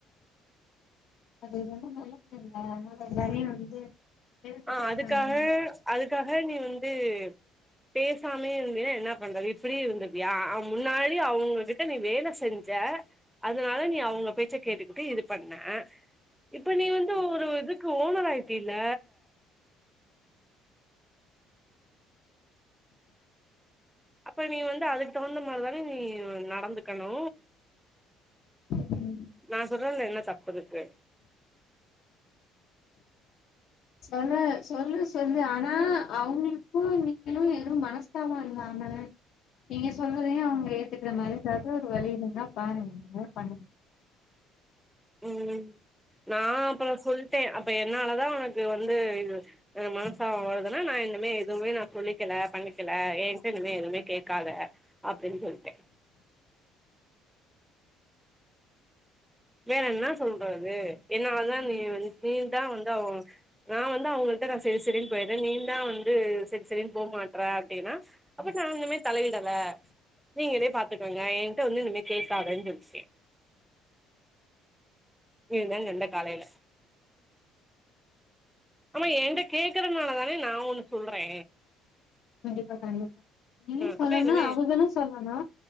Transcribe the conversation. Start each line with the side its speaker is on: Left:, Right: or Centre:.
Left: அது ரொம்ப நல்ல புள்ளேங்க அதனால <unintelligible> எதிர்த்து
Centre: ஆ
Left: பேசுறாங்க
Centre: அதுக்காக அதுக்காக நீ வந்து பேசாமே இருந்தேன்னா என்ன பண்றது இப்படி இருந்தப்பியா முன்னாடி அவங்க நீ வேல செஞ்ச அதனால நீ அவங்க பேச்ச கேட்டுக்கிட்டு இது பண்ண இப்ப நீ வந்து ஒரு இதுக்கு ஓனர் ஆயிட்டல்ல அப்ப நீ வந்து அதுக்கு தகுந்த மாரிதானே நீ நடந்துக்கணு
Left: ம்
Centre: நா சொல்றதுல என்னா தப்பு இருக்கு
Left: சொல்லு சொல்லு சொல்லு ஆனா அவங்களுக்கு நீங்களு எதுவு மனஸ்தாப இல்லாம நீங்க சொல்றதையு அவங்க ஏத்துக்க மாரி ஏதாவது ஒரு வழியிருந்தா பாருங்க
Centre: ம் நா அப்பற சொல்லிட்டே என்னாலதா உனக்கு வந்து இது மனசா வாழதுனா நா இனிமே எதுவுமே நா சொல்லிக்கல பண்ணிக்கல ஏ இஷ்டோ இனிமே எதுவுமே கேக்காத அப்டின்னு சொல்லிட்டே வேற என்ன சொல்றது என்னாலதா நீ வங் நீ தா வந்து அவ நா வந்து அவங்கள்ட்ட நா செரி செரின்னு போயிட்றே நீ தா வந்து செரி செரின்னு போக மாட்ற அப்டின்னா அப்ப நா இனிமே தலையிடல நீங்களே பாத்துக்கோங்க ஏங்கிட்ட வந்து இனிமே கேக்காதனு சொல்ட்டே இது தா சண்ட காலையில ஆமா ஏங்கிட்ட கேக்குறனால தானே நா ஒன்னு சொல்றே
Left: கண்டிப்பா கண்டிப்பா நீயு
Centre: ம்
Left: சொல்லனு
Centre: அப்ப இனிமே
Left: அவுகளு சொல்லனு